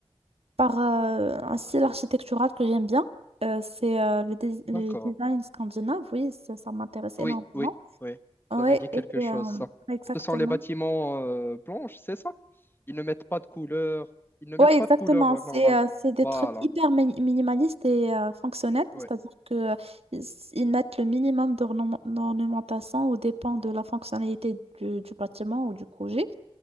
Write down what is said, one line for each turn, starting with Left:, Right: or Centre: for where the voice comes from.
Right: par euh, un style architectural que j'aime bien. Euh, c'est euh, le, dés-
Left: D'accord.
Right: le design scandinave, oui, ça, ça m'intéresse
Left: Oui,
Right: énormément.
Left: oui, oui.
Right: Oui,
Left: Ça me dit quelque
Right: et
Left: chose,
Right: euh,
Left: ça.
Right: exactement.
Left: Ce sont les bâtiments euh, blanches, c'est ça? Ils ne mettent pas de couleur. Ils ne mettent
Right: Ouais,
Left: pas
Right: exactement.
Left: de couleur euh,
Right: C'est
Left: normalement.
Right: euh, c'est des
Left: Voilà.
Right: trucs hyper mini- minimalistes et euh, fonctionnels,
Left: Ouais,
Right: c'est-à-dire que euh, ils, ils mettent le minimum d'ornem- d'ornementation au dépend de la fonctionnalité du, du bâtiment ou du projet.